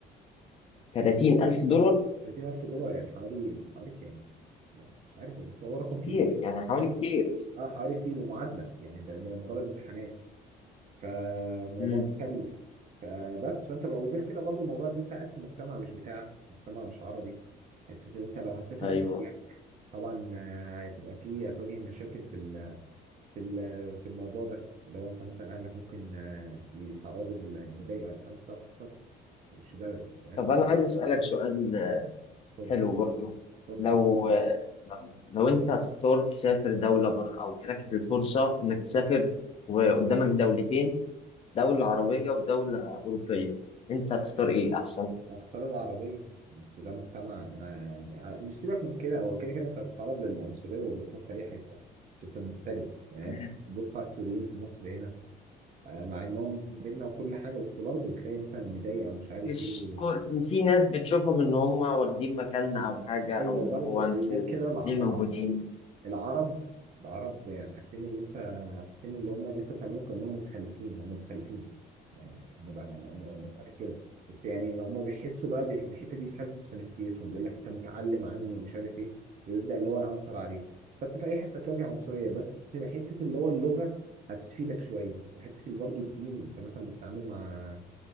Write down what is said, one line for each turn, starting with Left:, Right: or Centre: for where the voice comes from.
Left: 30000 دولار
Right: 30000 دولار يعني حوالي حوالي كام؟ لا، مش عارف بس هو رقم
Left: كتير
Right: كبير
Left: يعني حوالي كتير
Right: اه حوالي كتير ومعادلة يعني ده, ده مجرد امتحانات فالموضوع
Left: امم
Right: مكلف فبس فانت بقى وغير كده برضو موضوع ان انت قاعد في مجتمع مش بتاعك مجتمع مش عربي انت انت لو هتسافر
Left: ايوه
Right: بأهلك طبعا آه، هتبقى فيه هتواجه مشاكل في ال- في ال- في الموضوع ده لو انت مثلا اهلك ممكن آه، يتعرضوا لمضايقه ولا حاجه مش هتعرف تتصرف مش بلدك فاهم
Left: طب انا عايز اسالك سؤال
Right: اتفضل
Left: حلو برضو
Right: اتفضل
Left: لو لو لو انت هتختار تسافر دولة بره او جالك الفرصة انك تسافر وقدامك دولتين دولة عربية ودولة أوروبية انت هتختار ايه احسن لك؟
Right: اختار العربية بس ده مجتمع انا يعني مش سيبك من كده هو كده كده انت هتتعرض للعنصرية والاضطهاد في اي حتة عشان انت مغترب يعني
Left: تمام
Right: انت بص على السوريين في مصر هنا آه، مع انهم بينا وكل حاجة بس برضه بتلاقي مثلا مضايق او مش عارف
Left: مش
Right: ايه
Left: كل في ناس بتشوفهم ان هم واخدين مكاننا او حاجة
Right: ايوه
Left: او اللي
Right: برضه
Left: هو
Right: غير
Left: انتوا
Right: كده الع...
Left: ليه
Right: الع...
Left: موجودين
Right: العرب العرب يعني حاسين ان انت حاسين اللي هم اللي انت بتعمله كانهم متخلفين هم متخلفين يعني بقى مفتكر كده بس يعني هم بيحسوا بقى بي- الحته دي بتحسس في نفسيتهم بيقول لك انت متعلم عني ومش عارف ايه ويبدا اللي هو يعنصر عليك فانت في اي حته تواجه عنصريه
Left: مم.
Right: بس حته اللي هو اللغه هتفيدك شويه وحته برضه الدين انت مثلا بتتعامل مع